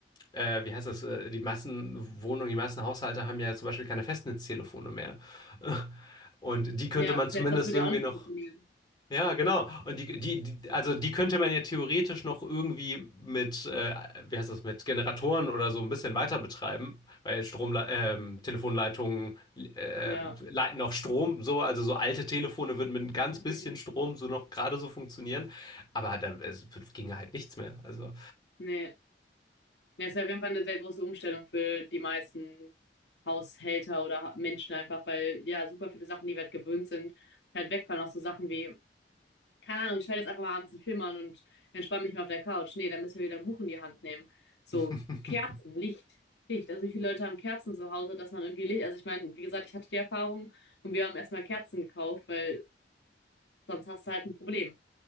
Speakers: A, on the left; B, on the left.
A: äh, wie heißt das, äh, die Massenwohnungen, die Massenhaushalte haben ja zum Beispiel keine Festnetztelefone mehr. <laughs> Und die könnte
B: ja,
A: man zumindest
B: se das würde
A: irgendwie
B: ja auch nicht
A: noch
B: funktionieren.
A: ja, genau. Und die, die, die, also die könnte man ja theoretisch noch irgendwie mit, äh, wie heißt das, mit Generatoren oder so ein bisschen weiter betreiben, weil Strom, äh, ähm, Telefonleitungen äh,
B: Ja.
A: leiten noch Strom, so, also so alte Telefone würden mit ein ganz
B: Mhm.
A: bisschen Strom so noch gerade so funktionieren, aber da es ginge halt nichts mehr. Also
B: Ne. Ja, ist ja auf jeden Fall eine sehr große Umstellung für die meisten Haushälter oder ha Menschen einfach, weil, ja, super viele Sachen, die wir halt gewöhnt sind, halt wegfallen. Auch so Sachen wie, keine Ahnung, ich schalte jetzt einfach mal abends 'n Film an und entspanne mich mal auf der Couch. nee dann müssen wir wieder 'n Buch in die Hand nehmen. So,
A: <laughs>
B: Kerzen, Licht, Licht. Also, wie viele Leute haben Kerzen zu Hause, dass man irgendwie Licht also, ich meine, wie gesagt, ich hatte die Erfahrung und wir haben erstmal Kerzen gekauft, weil sonst hast du halt ein Problem.